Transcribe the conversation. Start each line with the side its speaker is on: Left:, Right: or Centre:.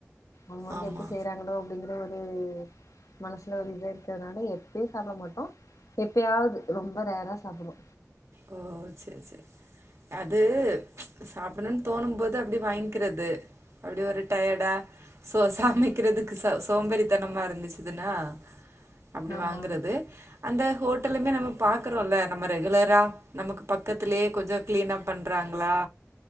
Left: அவங்க
Right: ஆமா
Left: எப்டி செய்யறாங்களோ அப்படிங்கற ஒரு ஒரு மனசுல ஒரு இத இருக்கிறதுனால எப்பயே சாப்பிட மாட்டோ எப்பயாவது ரொம்ப ரேரா சாப்பிடுவோ
Right: ஓ சரி சரி அது சாப்புண்ணுன் தோணும் போது அப்டி வாங்கிக்கிறது அப்டி ஒரு டயர்டா சோ சமைக்கிறதுக்கு ச சோம்பேரித்தனமா இருந்துச்சுதுன்னா அப்டி
Left: ஆமா
Right: வாங்குறது அந்த ஹோ ட்டலுமே நம்ம பாக்குறோல்ல நம்ம ரெகுலரா நமக்கு பக்கத்துலயே கொஞ்ச கிளீனா பண்றாங்களா